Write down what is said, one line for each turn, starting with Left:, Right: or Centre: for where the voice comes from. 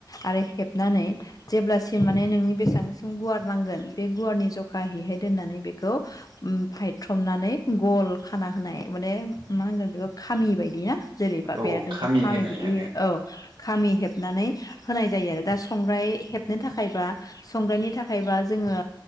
Left: आरो हेबनानै जेब्लासिम माने नोंनि बेसेबांसिम गुवार नांगोन बे गुवारनि जखाहैहाय दोनना नै बेखौ ओम फायथ्रमनानै गल खाना होनाय माने मा होनगोन बेखौ खामि बायदि ना जेरैबा
Right: औ
Left: बेरा दुमबा खामि
Right: होनाय
Left: बिदि
Right: आरो
Left: होयो औ खामि हेबनानै होनाय जायो आरो दा संग्राइ हेबनो थाखायबा संग्राइनि थाखायबा जों जोङो